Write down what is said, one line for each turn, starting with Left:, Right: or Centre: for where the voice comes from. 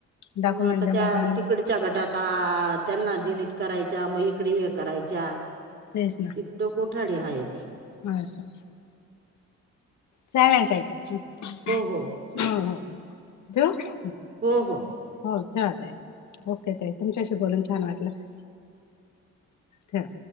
Left: डॉक्युमेंट
Right: मग आता
Left: जमा
Right: त्या,
Left: करणे
Right: तिकडं‌ च्या गटात आ त्यांना डिलीट करायच्या मग इकडं हे करायच्या.
Left: तेच ना
Right: तिथं <unintelligible> हाय ते.
Left: असं चालेल ताई, हम्म
Right: हो चा-
Left: हम्म, ठेऊ?
Right: हो हो.
Left: हो ठेवा ताई, ओके ताई, तुमच्याशी बोलून छान वाटलं. ठेवा.